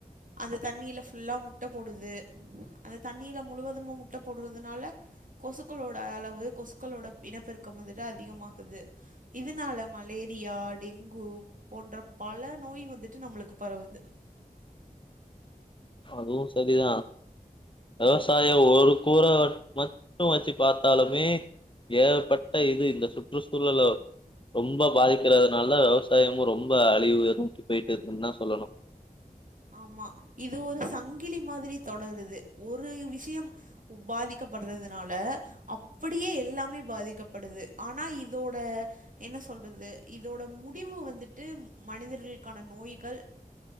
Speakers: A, on the right; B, on the left.
A: அந்த தண்ணில ஃபுல்லா முட்ட போடுது அந்த தண்ணில முழுவதுமு முட்ட போடுறதுனால கொசுக்களோட அளவு கொசுக்களோட இனப்பெருக்கம் வந்துட்டு அதிகமாகுது இதுனால மலேரியா டெங்கு போன்ற பல நோய் வந்துட்டு நம்மளுக்கு பரவுது
B: அதுவு செரிதா விவசாயோ ஒரு கூர மட் மட்டு வெச்சுப் பாத்தாலுமே ஏகப்பட்ட இது இந்த சுற்று சூழல ரொம்ப பாதிக்கிறதுனால விவசாயமு ரொம்ப அழிவு இருந்துட்டு போயிட்டு இருக்குன் தா சொல்லணு
A: ஆமா இது ஒரு சங்கிலி மாதிரி தொடருது ஒரு விஷ்யம் உபாதிக்கப்படுறதுனால அப்டியே எல்லாமே பாதிக்கப்படுது ஆனா இதோட என்ன சொல்றது இதோட முடிவு வந்துட்டு மனிதர்கள்கான நோய்கள்